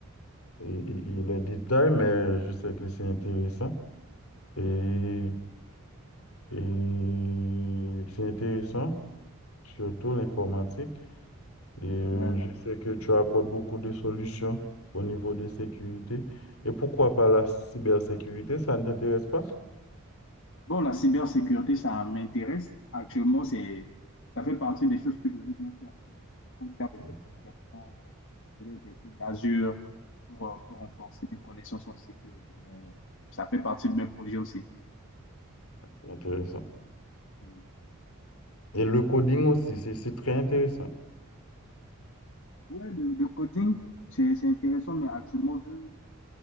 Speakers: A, on the left; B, on the left.
A: et- et- et les détails, mais je sais que c'est intéressant. Et, et c'est intéressant, surtout l'informatique. Et euh,
B: pareil.
A: je sais que tu apportes beaucoup de solutions au niveau de sécurité. Et pourquoi pas la cybersécurité, ça ne t'intéresse pas?
B: Bon, la cybersécurité, ça m'intéresse. Actuellement, c'est, ça fait partie des choses que je veux bien faire. Je je compte faire des
A: Bien,
B: certifications, peut-être des trucs d'Azure pour, euh, pour renforcer mes connaissances en sécurité. Mais ça fait partie de mes projets aussi.
A: C'est intéressant.
B: Mm.
A: Et le coding aussi, c'est c'est très intéressant.
B: Ouais, le, le coding, c'est, c'est intéressant, mais actuellement, vu